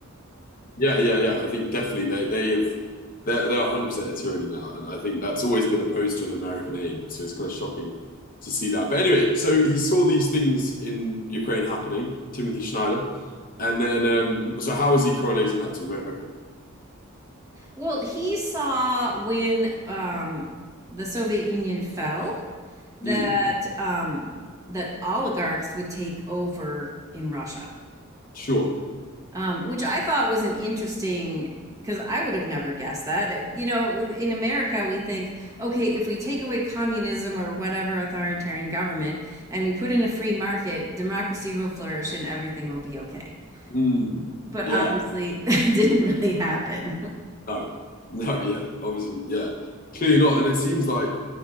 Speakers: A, on the left (about 40°); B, on the right (about 15°).
A: yeah yeah yeah. I think definitely they they have they're they're 100% a tyranny now, and I think that's always been opposed to an American aim. So it's kind of shocking to see that. But anyway, so he saw these things in Ukraine happening, Timothy Schneider, and then um, so how is he correlating that to America?
B: Well, he saw when um, the Soviet Union fell that
A: Mm,
B: um, that oligarchs would take over in Russia,
A: sure.
B: um, which I thought was an interesting because I would have never guessed that. You know, in America, we think, okay, if we take away communism or whatever authoritarian government and we put in a free market, democracy will flourish and everything will be okay.
A: Mm,
B: But
A: yeah.
B: Yeah. obviously, <laughs> that didn't really happen.
A: No, <laughs> no, yeah, obviously, yeah, clearly not. And it seems like,